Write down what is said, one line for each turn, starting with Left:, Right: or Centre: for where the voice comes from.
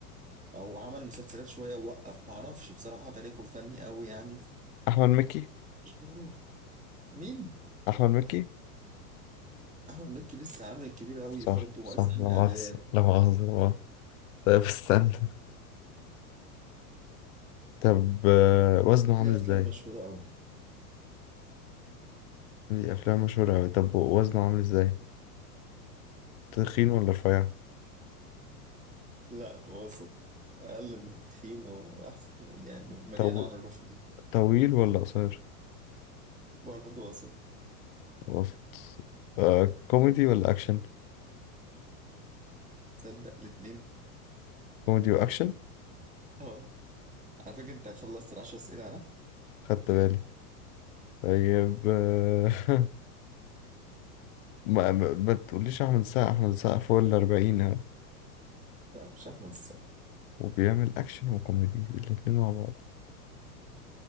Right: او عمل مسلسلات شوية ووقف معرفش بصراحة تاريخه الفني قوي يعني مش
Left: أحمد مكي
Right: مشهور مين
Left: أحمد مكي
Right: احمد مكي لسه عامل الكبير قوي
Left: صح
Right: برضه
Left: صح
Right: لسه عامل
Left: لا مؤاخذة
Right: اعلان
Left: لا مؤاخذة لا مؤاخذة. طيب استنى طب آه، وزنه
Right: ليه
Left: عامل
Right: افلام
Left: ازاي؟
Right: مشهورة قوي
Left: دي أفلام مشهورة أوي طب وزنه عامل ازاي؟ تخين ولا رفيع؟
Right: لا وسط اقل من التخين واحسن يعني مليانة
Left: طو...
Right: عن الرفض
Left: طويل ولا قصير؟
Right: برضه وسط
Left: وسط آه، كوميدي ولا أكشن؟
Right: تصدق الاتنين
Left: كوميدي وأكشن؟
Right: اه على فكرة انت خلصت العشر اسئلة ها؟
Left: خدت بالي طيب آه، <laughs> ما ما ما تقوليش أحمد السقا أحمد السقا فوق الأربعين
Right: لا مش احمد السقا
Left: وبيعمل أكشن وكوميدي الاتنين مع بعض